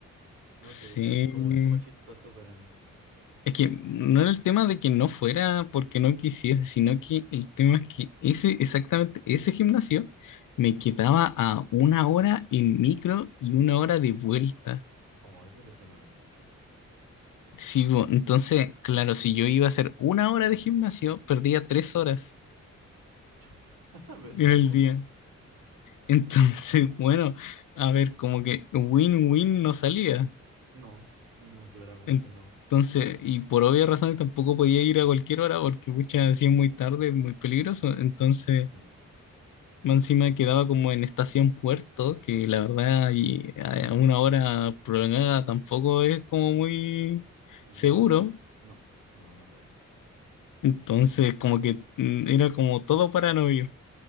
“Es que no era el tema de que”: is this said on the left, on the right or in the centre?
Left